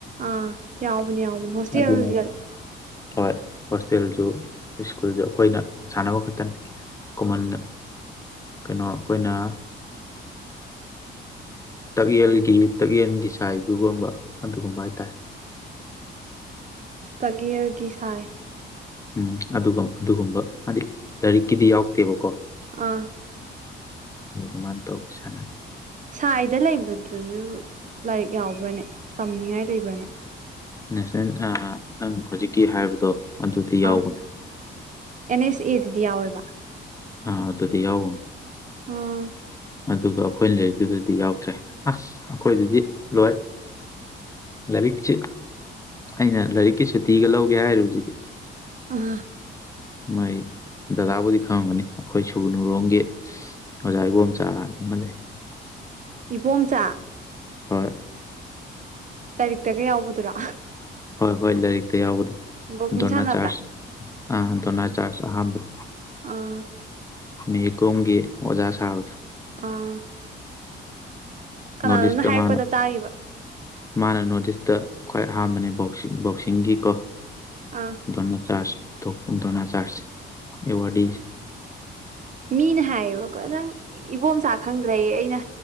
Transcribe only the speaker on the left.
ꯑꯗꯨ ꯍꯣꯏ ꯍꯣꯁꯇꯦꯜꯁꯨ ꯁ꯭ꯀꯨꯜꯗ ꯑꯩꯈꯣꯏꯅ ꯁꯥꯟꯅꯕ ꯈꯛꯇꯅꯤ ꯀꯣꯃꯟ ꯀꯩꯅꯣ ꯑꯩꯈꯣꯏꯅ ꯇꯌꯦꯜꯒꯤ ꯇꯒꯜꯒꯤ ꯁꯥꯏꯗꯨꯒꯨꯝꯕ ꯑꯗꯨꯒꯨꯝꯕ ꯍꯥꯏꯇꯥꯔꯦ <unintelligible> <inaudible>
ꯎꯝ ꯑꯗꯨꯒ ꯑꯗꯨꯒꯨꯝꯕ ꯍꯥꯏꯗꯤ ꯂꯥꯏꯔꯤꯛꯀꯤꯗꯤ ꯌꯥꯎꯗꯦꯕꯀꯣ
ꯎꯝꯃꯥꯟꯗ ꯁꯅ
ꯅꯦꯁꯅꯦ ꯅꯪ ꯍꯧꯖꯤꯛꯀꯤ ꯍꯥꯏꯕꯗꯣ ꯑꯗꯨꯗꯤ ꯌꯥꯎꯕꯅꯦ
ꯑꯥ ꯑꯗꯨꯗꯤ ꯌꯥꯎꯅꯦ
ꯑꯗꯨꯒ ꯑꯩꯈꯣꯏꯅ ꯂꯩꯔꯤꯗꯨꯗꯗꯤ ꯌꯥꯎꯗ꯭ꯔꯦ ꯑꯁ ꯑꯩꯈꯣꯏꯗꯨꯗꯤ ꯂꯣꯏ ꯂꯥꯏꯔꯤꯛꯁꯤ ꯑꯩꯅ ꯂꯥꯏꯔꯤꯛꯀꯤ ꯁꯨꯇꯤꯒ ꯂꯧꯒꯦ ꯍꯥꯏꯔꯤꯕꯁꯤꯗꯤ
ꯃꯥꯏ ꯗꯗꯥꯕꯨꯗꯤ ꯈꯪꯒꯅꯤ ꯑꯩꯈꯣꯏ ꯁꯨꯕꯅꯨꯔꯣꯡꯝꯒꯤ ꯑꯣꯖꯥ ꯏꯕꯣꯝ ꯇ ꯑꯃ ꯂꯩ
ꯍꯣꯏ
ꯍꯣꯏ ꯍꯣꯏ ꯂꯥꯏꯔꯤꯛꯇ ꯌꯥꯎꯕꯗ
ꯗꯅꯥ
ꯆꯥꯔ ꯑ ꯗꯣꯅꯥ ꯆꯥ ꯑ <unintelligible> <inaudible>
ꯃꯤ ꯀꯣꯡꯒꯤ ꯑꯣꯖꯥ ꯁꯥꯥꯎ
ꯅꯣꯔꯠꯁꯇ
ꯃꯥꯅ
ꯃꯥꯅ ꯅꯣꯔꯠꯁ ꯈ꯭ꯋꯥꯏ ꯑꯍꯥꯟꯕꯅꯦ ꯕꯣꯛ ꯕꯣꯛꯁꯤꯡꯒꯤꯀꯣ
ꯗꯣꯅ ꯆꯥꯔꯖ ꯞꯄꯗꯅ ꯆꯥꯁ ꯑꯦ ꯋꯥꯔ